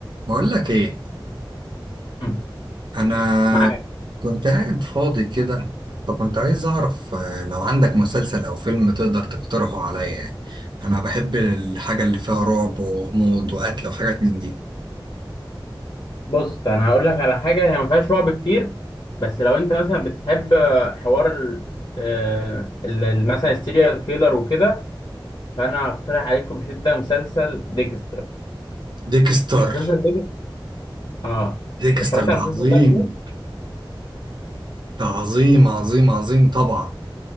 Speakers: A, on the right; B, on the left.
A: بقول لك ايه
B: مم.
A: انا
B: معاك
A: كنت قاعد فاضي كده فكنت عايز اعرف آه، لو عندك مسلسل او فيلم تقدر تقترحه عليا يعني انا بحب الحاجه اللي فيها رعب وغموض وقتل وحاجات من دي
B: بص انا هقول لك على حاجه هي ما فيهاش رعب كتير بس لو انت مثلا بتحب حوار ال آه، ال- ال- مثلا السيريال كيلر وكده فانا هقترح عليكم بشده مسلسل ديكستر
A: ديكستر
B: مسلسل ديكستر اه
A: ديكستر
B: اتفرجت
A: ده
B: على المسلسل
A: عظيم
B: ده قبل كده
A: ده عظيم عظيم عظيم طبعا